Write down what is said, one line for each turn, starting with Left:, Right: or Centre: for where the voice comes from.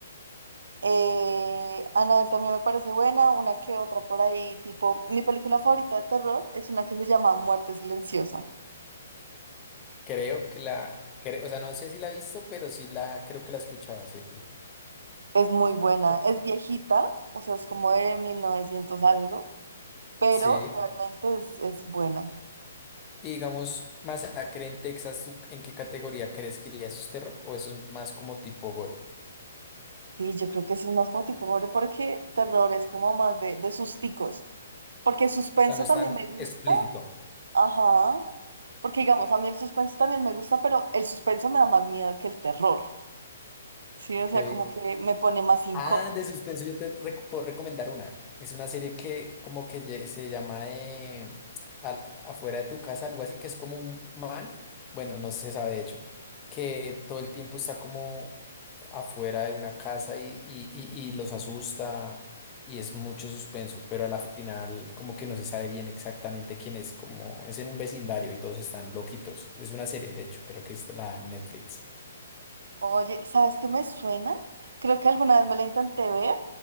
Right: Eh, Annabelle también me parece buena, una que otra por ahí, tipo, mi película favorita de terror es una que se llama Muerte Silenciosa.
Left: Creo que la, cre- o sea, no sé si la he visto, pero sí la, creo que la he escuchado, sí.
Right: Es muy buena,
Left: Ok.
Right: es viejita, o sea, es como de 1900 algo, pero
Left: Sí.
Right: realmente es, es buena.
Left: Y digamos, Masacre en Texas, ¿tú en qué categoría crees que iría? ¿Eso es terror o eso es más como tipo gore?
Right: Sí, yo creo que eso es más como tipo, horror, porque terror es como más de, de susticos. Porque suspenso
Left: O sea, no es
Right: también
Left: tan
Right: me gusta.
Left: explícito.
Right: Ajá. Porque digamos, a mí el suspenso también me gusta, pero el suspenso me da más miedo que el terror. Sí, o
Left: Ok.
Right: sea, como que me pone más incómodo.
Left: Ah, de suspenso yo te rec- puedo recomendar una. Es una serie que como que lle- se llama eh, al- afuera de tu casa, algo así, que es como un man, bueno, no se sabe de hecho, que todo el tiempo está como afuera de una casa y, y, y- y los asusta y es mucho suspenso, pero a la final como que no se sabe bien exactamente quién es, como es en un vecindario y todos están loquitos. Es una serie, de hecho, creo que es la Netflix.
Right: Oye, ¿sabes qué me suena? Creo que alguna vez me la intenté ver,